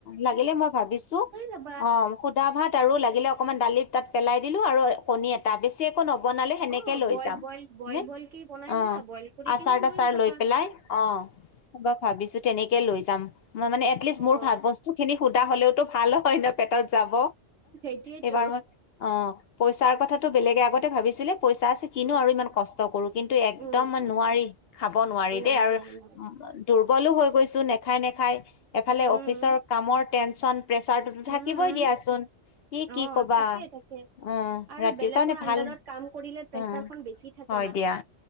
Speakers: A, on the left; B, on the right.
A: লাগিলে মই ভাবিছো
B: যাবা
A: অ সুধা ভাত আৰু লাগিলে অকমান ডালি তাত পেলাই দিলো আৰু কণী এটা বেছি একো নক বনালে সেনেকে
B: অ
A: লৈ
B: বইল
A: যাম
B: বইল বইল
A: হনে।
B: বইল কি বনাই
A: অ'
B: ললা বইল কৰি
A: আচাৰ
B: কিনি
A: তাচাৰ
B: যাবা
A: লৈ পেলাই অ'। মই ভাবিছো তেনেকে লৈ যাম। মানে এটলিষ্ট
B: অ
A: মোৰ ভাল বস্তু খিনি সোধা হলেওতো ভাল হয় ন পেটত যাব।
B: সেইটোয়েতো
A: এইবাৰ মই অ পইচাৰ কথাটো বেলেগ আগতে ভাবিছিলো পইচা আছে কিনো
B: উম
A: আৰু ইমান কষ্ট কৰো। কিন্তু একদম
B: উম উম
A: নোৱাৰি খাব নোৱাৰি
B: নাই
A: দেই আৰু
B: নাই নাই
A: উম দুৰ্বলও হৈ গৈছো নেখাই নেখাই এফালে
B: উম
A: অফিচৰ কামৰ টেনচন প্ৰেচাৰটো
B: উম
A: থাকিবই দিয়াচোন। ই কি
B: অ
A: কৱা
B: থাকে থাকে
A: উম
B: আৰু
A: ৰাতিও
B: বেলেগৰ
A: তাৰমানে
B: আণ্ডাৰত
A: ভাল
B: কাম কৰিলে প্ৰেচাৰখন
A: উম
B: বেছি থাকে
A: হয়
B: মাথাত
A: দিয়া।